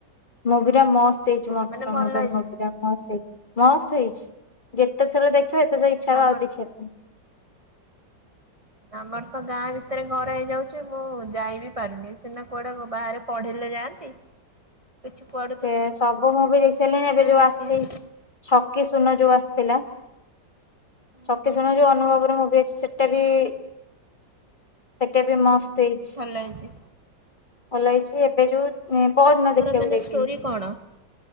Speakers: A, on the left; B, on the right.
A: ମୁଭିଟା ମସ୍ତ ହେଇଛି
B: ହଁ
A: ମତ୍ର
B: ମାନେ ଭଲ
A: ମୁଣ୍ଡ।
B: ହେଇଛି
A: ମସ୍ତ ହେଇଛି ମସ୍ତ ହେଇଛି ଯେତେ ଥର ଦେଖିବ ସେତେ ଥର ଇଚ୍ଛା ହବ
B: ଆମର
A: ଆଉ ଦେଖିବା ପାଇଁ। <unintelligible>
B: ଆମର ତ ଗାଁ ଭିତରେ ଘର ହେଇଯାଉଛି ମୁଁ ଯାଇ ବିି ପାରୁନି ସିନା କୁଆଡେ ବାହାରେ ପଢେଇିଲେ ଯାଆନ୍ତି।
A: <unintelligible>
B: ବଛିପୁଆଡ଼।
A: ସେ ସବୁ ମୁଁଭି ଦେଖିଲିଣି ଏବେ ଯୋଉ
B: ଦେଖିବା।
A: ଆସିଛି। ଛକି ସୁୂନ ଯୋଉ ଆସିଥିଲା
B: ହୁଁ
A: ଛକି
B: ହୁଁ
A: ସୁୂନ ଯୋଉ ଅନୁଭବର ମୁଭି ଅଛି ଆସିଚି। ଏଟାବି ଏଟାବି କେତେ ବି ମସ୍ତ ହେଇଚି।
B: ଭଲ ହେଇଚି।
A: ଭଲ ହେଇଛି ଏବେ ଯୋଉ ପରଦିନ ଦେଖିବାକୁ
B: ମାନେ
A: ଯାଇଥିଲି।
B: ଷ୍ଟୋରି କଣ?